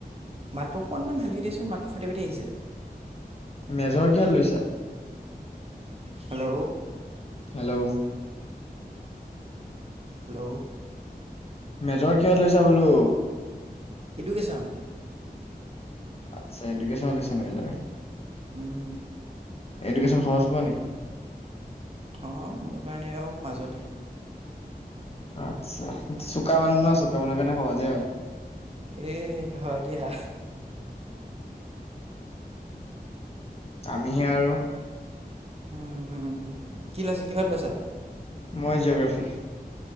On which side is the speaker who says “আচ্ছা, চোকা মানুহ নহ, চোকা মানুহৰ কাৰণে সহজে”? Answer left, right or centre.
Left